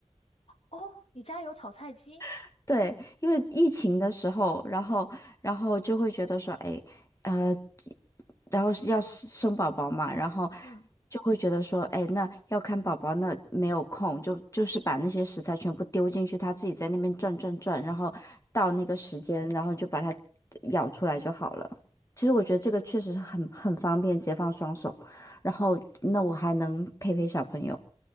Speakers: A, on the left; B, on the left.
A: 哦，你家有炒菜机？
B: <laughs> 对，因为疫情的时候，然后，然后就会觉得说，哎。呃然后是要生生宝宝嘛，然后
A: 嗯。
B: 就会觉得说，哎，那要看宝宝，那没有空，就就是把那些食材全部丢进去，他自己在那边转转转，然后到那个时间，然后就把它舀出来就好了。其实我觉得这个确实是很很方便，解放双手，然后那我还能陪陪小朋友。